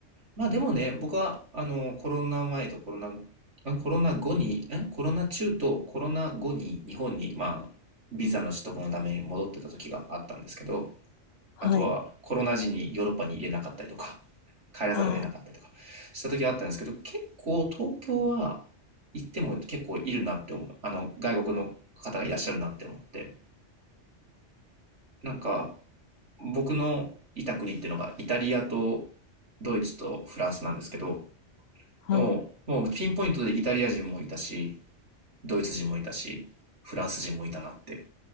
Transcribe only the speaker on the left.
はい。
ああ、
はい。